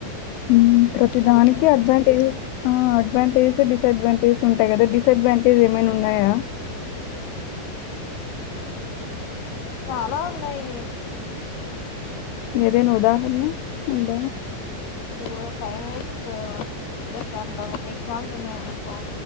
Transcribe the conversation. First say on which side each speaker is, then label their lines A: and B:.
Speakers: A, on the left; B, on the left.
A: మ్మ్ ప్రతి
B: చదువుకోనికి
A: దానికి అడ్వాంటేజ్ ఆ అడ్వాంటేజెస్ డిసడ్వాంటేజెస్ ఉంటాయి కదా డిస్డ్వాంటేజ్ ఏమైనా ఉన్నాయా
B: చాలా ఉన్నాయి
A: ఏదైనా ఉదహరణా ఉంద
B: ఇప్పుడు టైమ్ వేస్ట్ చేస్త అంటా ఎగ్జామ్స్ ఉన్నాయనుకో